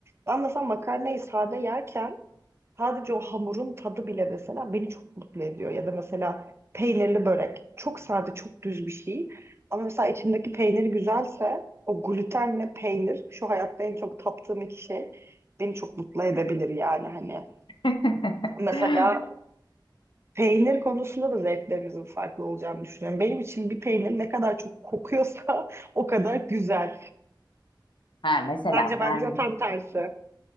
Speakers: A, on the right; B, on the left.
A: Ben mesela makarnayı sade yerken sadece o hamurun tadı bile mesela beni çok mutlu ediyor. Ya da mesela peynirli börek çok sade çok düz bir şey. Ama mesela içindeki peyniri güzelse o glutenle peynir şu hayatta en çok taptığım iki şey beni çok mutlu edebilir yani hani.
B: <laughs>
A: Mesela Peynir konusunda da zevklerimizin farklı olacağını düşünüyorum. Benim için bir peynir ne kadar çok kokuyorsa <laughs> o kadar güzel.
B: Ha, mesela
A: Bence bence
B: ben
A: tam tersi.